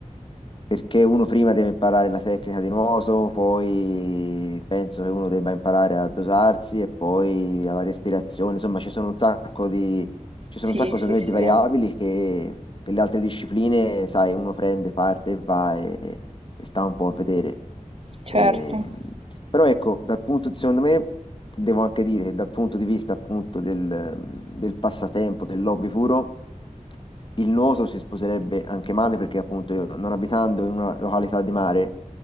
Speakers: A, on the left; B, on the right.
A: perché uno prima deve imparare la tecnica di nuoto, poi penso che uno debba imparare a dosarsi e poi alla respirazione. Insomma, ci sono un sacco di, ci sono
B: sì,
A: un sacco, secondo
B: sì, sì,
A: me, di variabili che, che le altre discipline, sai, uno prende parte e va e, e sta un po' a vedere.
B: certo.
A: E, però ecco, dal punto di, secondo me, devo anche dire che dal punto di vista appunto del, del passatempo, del hobby puro, il nuoto si sposerebbe anche male perché appunto io non abitando in una località di mare